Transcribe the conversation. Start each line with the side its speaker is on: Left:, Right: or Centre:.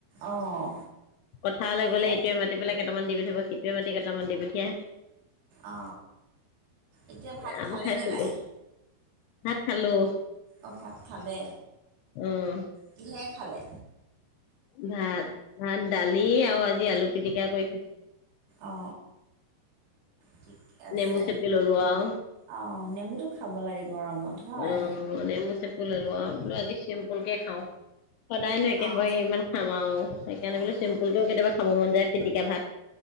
Right: অঁ
Left: পথাৰলে
Right: এতিয়া
Left: গ'লে ইটোৱে মাতি পেলাই কেইটামান দি পঠাব সিটোৱে মাতি কেইটা কেইটা মান দি পঠিয়াই।
Right: অ এতিয়া ভাত
Left: আম
Right: খালেনে
Left: খাইছিলো
Right: নাই
Left: ভাত খালোঁ
Right: অ ভাত খালে
Left: উম
Right: কিহেৰে খালে
Left: ভাত ভাত দালি আও আজি আলু পিটিকা কৰি খাইছোঁ
Right: অ অ ঠিকে আছে
Left: নেমু চেপি ললো আৰু
Right: অ নেমুটো খাব লাগে গৰমত হয়
Left: উম নেমু চেপি ললোঁ আও বোলো আজি চিম্পুলকে খাও সদায় নো একেসোপাকে
Right: অঁ
Left: কিমান খাম আও সেইকাৰণে
Right: অঁ
Left: বোলো চিম্পুলকেও
Right: অঁ
Left: কেতিয়াবা খাব খাব মন যায় পিটিকা ভাত